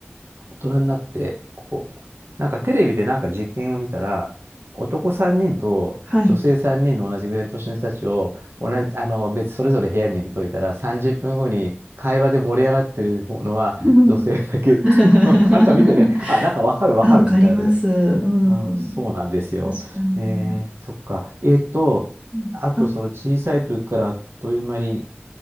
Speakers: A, on the right (about 75°); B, on the right (about 25°).
A: 大人になって、こう、なんかテレビでなんか実験を見たら、男3人と女性3人の同じぐらいの年の人たちを、
B: はい。
A: 同じ、あの、別、それぞれ部屋に入れといたら、30分後に会話で盛り上がってるのは女性だけっていうのを、
B: うん <laughs>
A: <laughs> なんか見てね、あ、なんかわかるわかるみたいなね。
B: あ、わかります。うん。
A: うん、そうなんですよ。
B: 確かに。
A: ねえ、そっか。えっと、
B: うんあ、
A: あとその小さい時からあっという間に